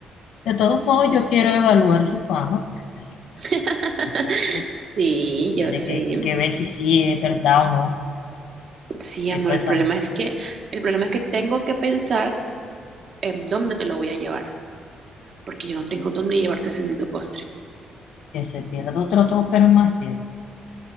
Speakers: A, on the left; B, on the right.
A: De todos modos, yo
B: Ps.
A: quiero evaluar su fama, porque pues,
B: <laughs>
A: Uno
B: Sí,
A: tiene
B: yo sé.
A: que, que ver si sí es verdad o no.
B: Sí,
A: Si
B: amor,
A: toda
B: el
A: esa,
B: problema es que, el problema es que tengo que pensar em, ¿dónde te lo voy a llevar? Porque yo no tengo dónde llevarte ese bendito postre.
A: que se pierda otro todo, pero más cierto.